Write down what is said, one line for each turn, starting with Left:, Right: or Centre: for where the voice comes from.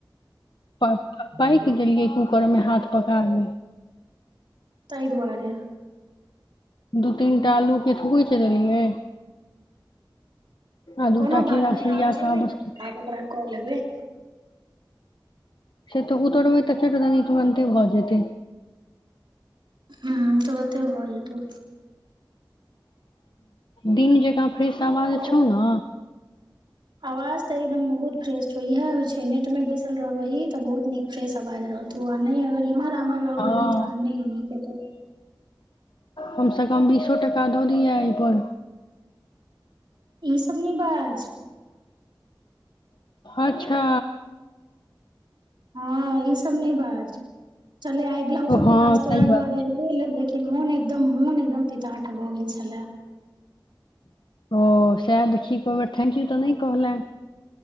Left: प पाकि गेलियै कूकरमे हाथ पका गेल
Right: एहि दुआारे
Left: दू तीन टा आलूके थुकुच देलियै आ दूटा
Right: कोनो
Left: के
Right: बात
Left: रसरिया
Right: नहि आब जेबै
Left: का बस्तु
Right: ने तऽ आब ओकरा कऽ लेबै
Left: से तऽ उतरबै तऽ छोट त न तुरनते भऽ जेतै
Right: हू तुरते भऽ जेतौ
Left: दिन जकाँ फ्रेश आवाज
Right: आओर
Left: छौ न
Right: आवाज त एकदम बहुत फ्रेश छौ इहा होय छै नेट में बैसल रहबी तऽ बहुत नीक फ्रेश आवाज रह तो नहि अगर इमार आमर रहब
Left: हँ
Right: ही तऽ नहि न के त
Left: कम से कम बीसो टका दऽ दीहे एहिपर
Right: ई सब न बाज
Left: अच्छा
Right: हँ ई सब नहि बाज चले आय ब्लाउजो
Left: हँ
Right: के काज तोरा
Left: सही बात
Right: दुआरे एगो हो लेकिन मोन एकदम मन एकदम पीता आठ भऽ गेल छलै
Left: ओ सए देखि एको बर थैंक यू तऽ नहि कहले